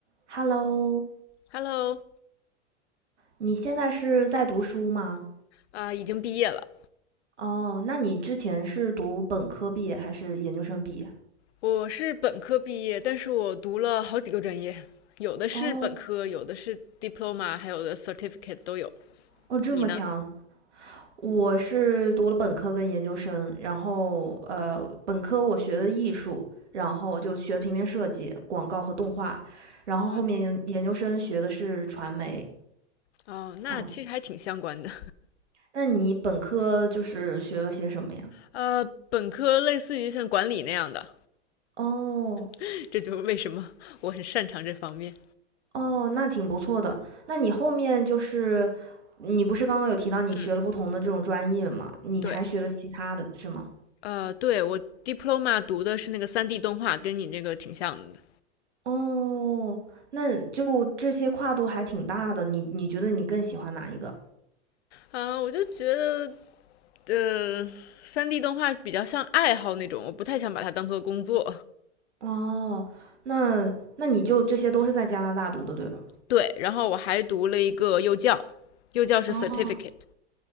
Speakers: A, on the right; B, on the left.
A: Hello，
B: Hello，
A: 你现在是在读书吗？
B: 啊、呃已经毕业了。
A: 哦，那你之前是读本科毕业还是研究生毕业？
B: 我是本科毕业，但是我读了好几个专业，有的是本科，
A: 哦，
B: 有的是 diploma，还有的 certificate 都有。
A: 哦，这么强！
B: 你呢？
A: 我是读了本科跟研究生，然后呃，本科我学的艺术，然后就学平面设计、广告和动画，然后后面研究生学的是传媒。
B: 嗯，哦，那其实还挺相关的。
A: 嗯，那你本科就是学了些什么呀？
B: 呃，本科类似于像管理那样的，
A: 哦，
B: <laughs> 这就是为什么我很擅长这方面。
A: 哦，那挺不错的。那你后面就是你不是刚刚有提到你学了不同的这种专业吗？
B: 嗯，
A: 你还学了其他的是吗？
B: 对，呃，对我 diploma 读的是那个三 d 动画，跟你这个挺像的。
A: 哦，那就这些跨度还挺大的，你你觉得你更喜欢哪一个？
B: 啊、我就觉得，呃三 d 动画比较像爱好那种，我不太想把它当做工作。
A: 哦，那那你就这些都是在加拿大读的，对吧？
B: 对，然后我还读了一个幼教，幼教是
A: 哦，
B: certificate，